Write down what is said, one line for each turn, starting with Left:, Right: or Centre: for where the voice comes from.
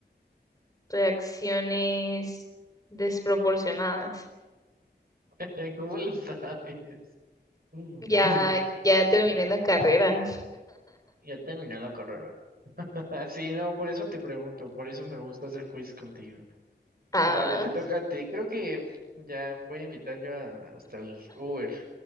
Left: Reacciones desproporcionadas.
Right: <laughs> ¿Cómo lo sabes? <laughs>
Left: Ya, ya terminé la carrera.
Right: Ya terminé la carrera. <laughs> Sí, no, por eso te pregunto, por eso me gusta hacer quiz contigo.
Left: Ah,
Right: Dale, te toca a ti. Creo que ya voy a invitar yo a- hasta el Uber.